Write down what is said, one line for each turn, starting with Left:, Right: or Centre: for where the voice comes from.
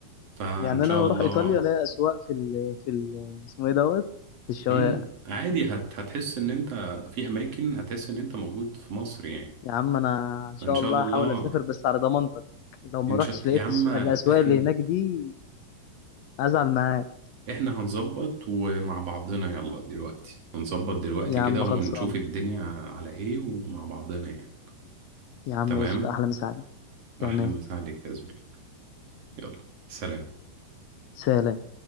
Right: فان
Left: يعني
Right: شاء
Left: أنا
Right: الله
Left: أروح إيطاليا ألاقي أسواق في ال في ال اسمه إيه دوت في الشوارع
Right: امم عادي هت هتحس ان انت في اماكن هتحس ان انت موجود في مصر يعني
Left: يا عم أنا إن شاء
Right: فان شاء
Left: الله
Right: الله
Left: هحاول أسافر بس على ضمانتك لو ما
Right: ان
Left: رحتش
Right: شاء
Left: لقيت
Right: يا عم
Left: الس-
Right: احنا
Left: الأسواق اللي هناك دي هزعل معاك
Right: احنا هنظبط ومع بعضنا يلا دلوقتي هنظبط دلوقتي
Left: يا
Right: كده
Left: عم
Right: ونشوف
Left: خلصان
Right: الدنيا على ايه ومع بعضنا يعني
Left: يا عم
Right: تمام
Left: قشطة أحلى مساعدة تمام
Right: احلى مسا عليك يا زميلي يلا سلام
Left: سلام